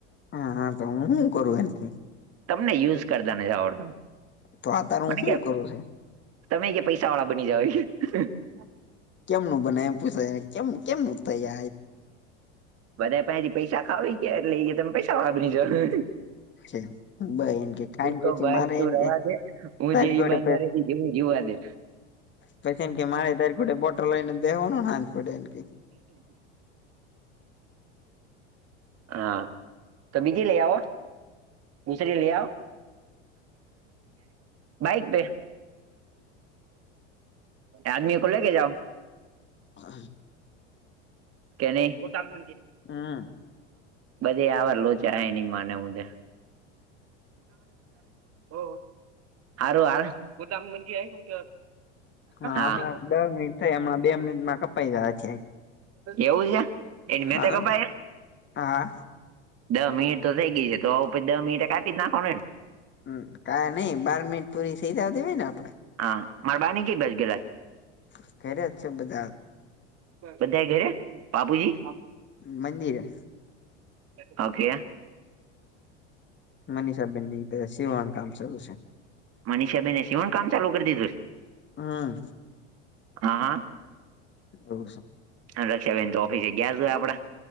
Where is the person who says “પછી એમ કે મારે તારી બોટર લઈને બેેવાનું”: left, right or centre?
Left